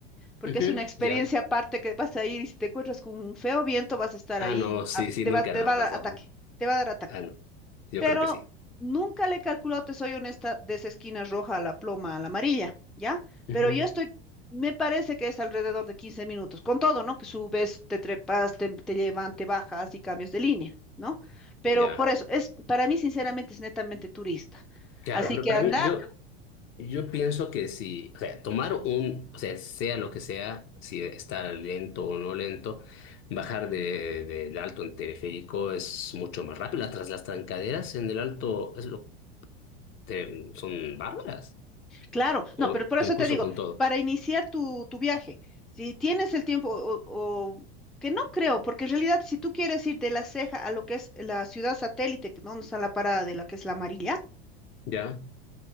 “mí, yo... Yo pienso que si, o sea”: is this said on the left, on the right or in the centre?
Left